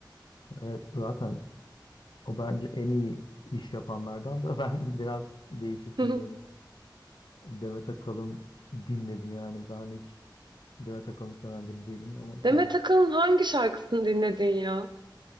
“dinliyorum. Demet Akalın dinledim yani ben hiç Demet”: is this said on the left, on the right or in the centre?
Left